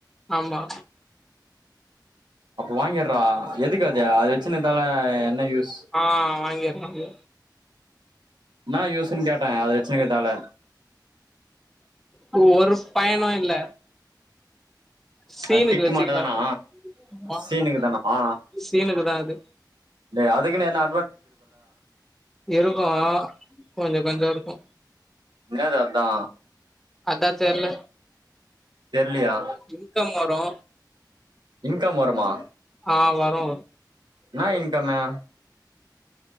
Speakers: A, in the centre; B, on the right.
A: ஆமா
B: அப்ப வாங்கிட்றா எதுக்கு அது அது வச்சினதால என்ன யூஸ்
A: ஆ வாங்கிரலா அது
B: என்னா யூஸுன்னு கேட்டே அது வெச்சினுருக்கதால
A: அந்த ஒரு பயனு இல்ல சீனுக்கு
B: அது டிக்கு
A: வச்சுக்கலா
B: மட்டுந்தானா
A: ஆமா
B: சீனுக்குதானா
A: சீனுக்கு தா அது
B: டேய் அதுக்குன்னு ஏண்டா
A: இருக்கு கொஞ்ச கொஞ்ச இருக்கு
B: என்ன சத்தோ
A: அதா தெர்ல
B: தெர்லியா
A: இன்கம் வரு
B: இன்கம் வருமா
A: ஆ வரு
B: என்னா இன்கமு